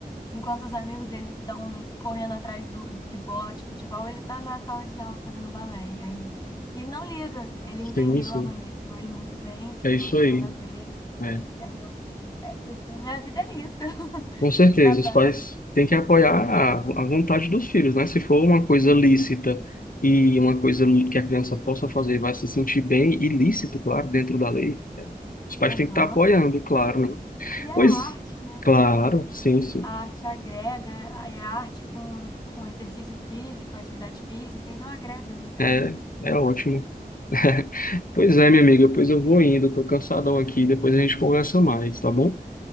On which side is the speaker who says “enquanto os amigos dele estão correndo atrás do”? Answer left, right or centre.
Left